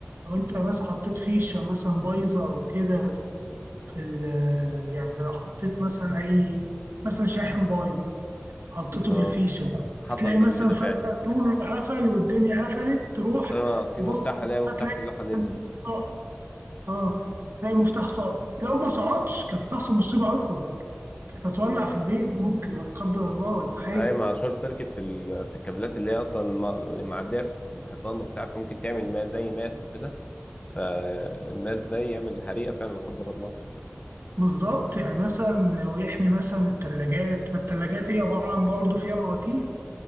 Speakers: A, on the right; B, on the left.
A: لو انت مثلا حطيت فيشه مثلا بايظه او كده في ال يعني لو حطيت مثلا اي مثلا شاحن بايظ حطيته
B: اه
A: في الفيشه
B: حصلت
A: بتلاقي مثلا
B: قبل كده
A: فجاه
B: فعلا
A: النور قفل والدنيا قفلت تروح
B: اه في
A: تبص
B: مفتاح الاقي مفتاح
A: هتلاقي
B: في اللوحه
A: مثلا
B: نزل
A: ساقط اه تلاقي
B: امم
A: مفتاح ساقط لو ما سقطش كانت هتحصل مصيبه اكبر كانت هتولع
B: امم
A: في البيت ممكن لا قدر الله ولا حاجه
B: اي مع شورت سيركت في ال... في الكابلات اللي هي اصلا ما- معديه في في الحيطان وبتاع فممكن تعمل ما زي ماس وكده فالماس ده يعمل حريقه فعلا لا قدر الله
A: بالظبط يعني مثلا ويحمي مثلا التلاجات ما التلاجات هي عبارة عن برضه فيها مواتير